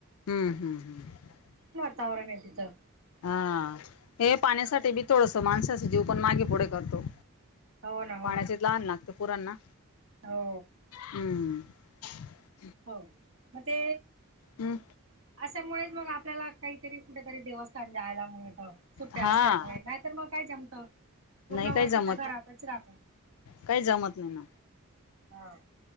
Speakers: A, on the left (about 85°); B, on the right (about 75°).
A: हम. हम. हम
B: चागलं नाही तीथ
A: हा. हे पाण्यासाठी बी थोडस माणसाचा जीव पण मागे पुढे करतो.
B: हो ना हो
A: पाण्याच
B: ना
A: <inaudible> तहान लागते पोरांना.
B: हो
A: हम <inaudible>
B: हो. म ते
A: हम्म
B: अशामुळे मग आपल्याला काहीतरी कुठेतरी देवस्थान जायला मिळत सुट्ट्या
A: हा
B: असल्यामुळे नाहीतर मग काय जमत पूर्ण
A: नाही काही
B: वर्ष
A: जमत
B: तर घरातच राहतो.
A: काही जमत नाही ना.
B: हा